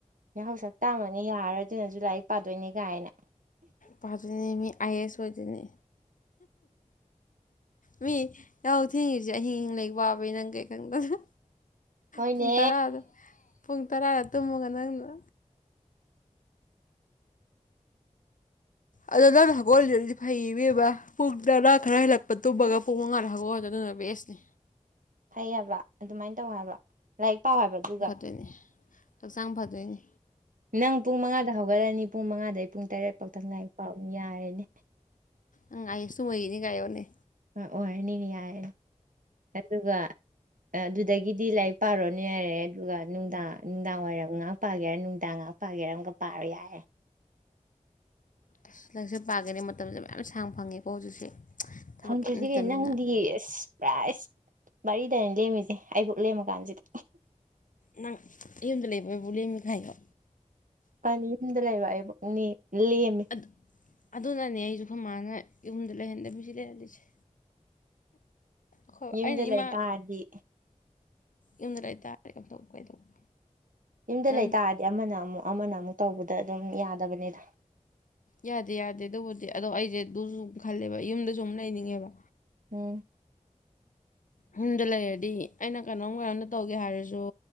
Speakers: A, on the right (about 80°); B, on the left (about 75°).
A: ꯌꯥꯍꯧ ꯁꯛꯇꯥꯃꯛꯅꯦ ꯌꯥꯔꯣꯏ ꯑꯗꯨꯅꯖꯨ ꯂꯥꯏꯔꯤꯛ ꯄꯥꯗꯣꯏꯅꯦ ꯀꯥꯏꯅ
B: ꯄꯥꯗꯣꯏꯅꯦ ꯃꯤ ꯑꯥꯏ ꯑꯦꯁ ꯑꯣꯏꯗꯣꯏꯅꯤ ꯃꯤ ꯌꯥꯍꯧ ꯊꯦꯡꯉꯤꯖꯦ ꯑꯍꯤꯡ ꯑꯍꯤꯡ ꯂꯩꯏꯛ ꯄꯥꯕꯩ ꯅꯪ ꯀꯩ ꯈꯪꯗꯅ
A: ꯍꯣꯏꯅꯦ
B: ꯄꯨꯡ ꯇꯔꯥꯗ ꯄꯨꯡ ꯇꯔꯥ ꯇꯨꯝꯃꯒ ꯅꯪꯅ ꯑꯗꯣ ꯅꯪꯅ ꯍꯧꯒꯣꯂꯤꯗꯨꯗꯤ ꯐꯩꯌꯦ ‌ꯏꯕꯦꯝꯃꯥ ꯄꯨꯡ ꯇꯔꯥ ꯈꯔ ꯍꯦꯜꯂꯛꯄ ꯇꯨꯝꯃꯒ ꯄꯨꯡ ꯃꯉꯥꯗ ꯍꯒꯣꯠꯂꯤꯗꯨ ꯑꯗꯨꯅ ꯕꯦꯁꯅꯤ
A: ꯐꯩ ꯍꯥꯏꯕ ꯑꯗꯨꯃꯥꯏꯟ ꯇꯧ ꯍꯥꯏꯕ ꯂꯥꯏꯔꯤꯛ ꯄꯥꯎ ꯍꯥꯏꯕ ꯑꯗꯨꯒ
B: ꯑꯗꯨꯅꯤ ꯍꯛꯆꯥꯡ ꯐꯗꯣꯏꯅꯤ
A: ꯅꯪ ꯄꯨꯡ ꯃꯉꯥꯗ ꯍꯧꯒꯠꯂꯅꯤ ꯄꯨꯡ ꯃꯉꯥꯗꯩ ꯄꯨꯡ ꯇꯔꯦꯠ ꯄꯥꯎꯊꯪ ꯂꯥꯏꯔꯤꯛ ꯄꯥꯎꯅꯦ ꯌꯥꯔꯦꯅꯦ
B: ꯑꯪ ꯑꯥꯏ ꯑꯦꯁ ꯁꯨ ꯑꯣꯏꯒꯅꯤ ꯒꯥꯏꯌꯨꯅꯦ
A: ꯎꯝ ꯑꯣꯏꯔꯅꯤꯅꯦ ꯌꯥꯏꯅꯦ ꯑꯗꯨꯒ ꯑꯦꯗꯨꯗꯒꯤꯗꯤ ꯂꯥꯏꯔꯤꯛ ꯄꯥꯔꯣꯅꯦ ꯌꯥꯔꯦ ꯑꯗꯨꯒ ꯅꯨꯡꯗꯥꯡ ꯅꯨꯡꯗꯥꯡ ꯋꯥꯏꯔꯝ ꯉꯥꯛ ꯄꯥꯒꯦ ꯍꯥꯏꯔ ꯅꯨꯡꯗꯥꯡ ꯉꯍꯥꯛ ꯄꯥꯒꯦ ꯑꯝꯒ ꯄꯥꯔꯣ ꯌꯥꯔꯦ
B: ꯑꯁ ꯅꯪꯁꯨ ꯄꯥꯒꯅꯤ ꯃꯇꯝꯁꯦ ꯃꯌꯥꯝ ꯁꯥꯡ ꯐꯪꯉꯦꯀꯣ ꯍꯧꯖꯤꯛꯁꯦ ꯊꯕꯛ
A: ꯈꯪꯗ꯭ꯔꯗꯤ
B: ꯀꯩꯝ ꯂꯩꯇꯕꯅꯤꯅ
A: ꯀꯩ ꯅꯪꯗꯤꯁ ꯄ꯭ꯔꯥꯏꯁ ꯃꯔꯤꯗꯅ ꯂꯦꯝꯃꯤꯖꯦ ꯑꯩꯕꯨꯛ ꯂꯦꯝꯃꯀꯥꯟꯁꯤꯗ
B: ꯅꯪ ꯌꯨꯝꯗ ꯂꯩꯕ ꯑꯩꯕꯥꯎ ꯂꯦꯝꯃꯤ ꯀꯥꯏꯌꯣ
A: ꯄꯅꯤ ꯌꯨꯝꯗ ꯂꯩꯕ ꯑꯩꯕꯛ ꯅꯦ ꯂꯦꯝꯃꯦ
B: ꯑꯗꯨ ꯑꯗꯨꯅꯅꯦ ꯑꯩꯖꯨ ꯑꯈꯣꯏ ꯃꯥꯥꯅ ꯌꯨꯝꯗ ꯂꯩꯍꯟꯗꯕꯤ ꯁꯤ ꯂꯩꯍꯜꯂꯤꯁꯦ ꯈꯣꯕ
A: ꯌꯨꯝꯗ
B: ꯑꯩꯅ
A: ꯂꯩ
B: ꯏꯃꯥ
A: ꯇꯥꯔꯗꯤ
B: ꯌꯨꯝꯗ ꯂꯩꯇꯥꯔꯗꯤ <unintelligible>
A: ꯌꯨꯝꯗ
B: ꯑꯗꯨꯝ
A: ꯂꯩꯇꯥꯔꯗꯤ ꯑꯃꯅ ꯑꯃꯨꯛ ꯑꯃꯅ ꯑꯃꯨꯛ ꯇꯧꯕꯗ ꯑꯗꯨꯝ ꯌꯥꯗꯕꯅꯤꯗ
B: ꯌꯥꯗꯦ ꯌꯥꯗꯦ ꯑꯗꯨꯕꯨꯗꯤ ꯑꯗꯣ ꯑꯩꯖꯦ ꯑꯗꯨꯖꯨ ꯎꯝ ꯈꯜꯂꯤꯕ ꯌꯨꯝꯗꯖꯨ ꯎꯝ ꯂꯩꯅꯤꯡꯉꯦꯕ
A: ꯎꯝ
B: ꯌꯨꯝꯗ ꯂꯩꯔꯗꯤ ꯑꯩꯅ ꯀꯩꯅꯣꯝ ꯀꯩꯅꯣꯝꯗ ꯇꯧꯒꯦ ꯍꯥꯏꯔꯖꯨ